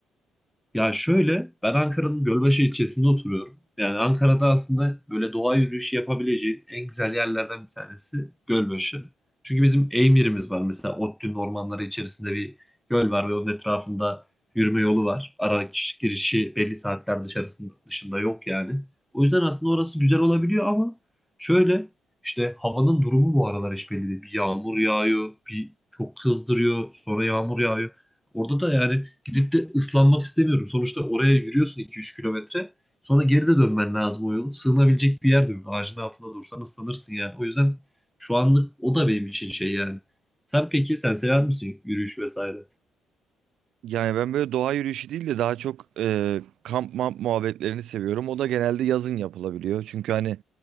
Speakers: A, in the centre; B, on the right.
A: Ya şöyle, ben Ankara'nın Gölbaşı ilçesinde oturuyorum. Yani Ankara'da aslında böyle doğa yürüyüşü yapabileceğin en güzel yerlerden bir tanesi Gölbaşı. Çünkü bizim Eymir'imiz var. Mesela ODTÜ'nün ormanları içerisinde bir göl var ve onun etrafında yürüme yolu var. Ara girişi belli saatler dışarısında, dışında yok yani. O yüzden aslında orası güzel olabiliyor ama şöyle işte havanın durumu bu aralar hiç belli değil. Bir yağmur yağıyor, bir çok kızdırıyor, sonra yağmur yağıyor. Orada da yani Gidip de ıslanmak istemiyorum. Sonuçta oraya yürüyorsun iki üç kilometre. Sonra geri de dönmen lazım o yolu. Sığınabilecek bir yer de yok. Ağacın altında dursan ıslanırsın yani. O yüzden şu anlık o da benim için şey yani. Sen peki sen sever misin yürüyüş vesaire?
B: Yani ben böyle doğa yürüyüşü değil de daha çok e, kamp mamp muhabbetlerini seviyorum. O da genelde yazın yapılabiliyor. Çünkü hani